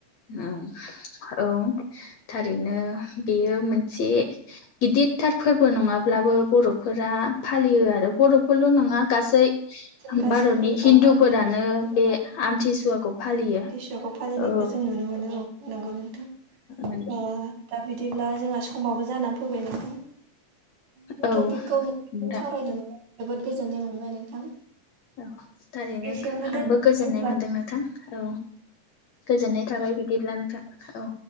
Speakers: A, on the left (about 65°); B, on the right (about 85°).
A: औ औ थारैनो बेयो मोनसे गिदिरथार फोरबो नङाब्लाबो बर'फोरा फालियो आरो बर'फोरल' नङा गासै
B: गाससिबो
A: भारतनि हिन्दुफोरानो
B: औ <unintelligible>
A: बे आमथिसुवाखौ फालियो
B: आमथिसुवाखौ फालिनायखौ
A: औ
B: जों नुनो मोनो औ नंगौ नोंथां
A: नंगौ
B: दा बिदिब्ला जोंहा समाबो जानानै फैबाय नोंथां बे
A: औ
B: टपिकखौ नोंजों
A: नोंथां
B: सावरायदोंमोन जोबोद गोजोननाय मोनबाय नोंथां
A: औ थारैनो
B: एसेयावनो दोनथ'नोसै
A: आंबो गोजोननाय
B: होनब्ला
A: मोनदों नोंथां औ गोजोननाय थाबाय बिदिब्ला नोंथां औ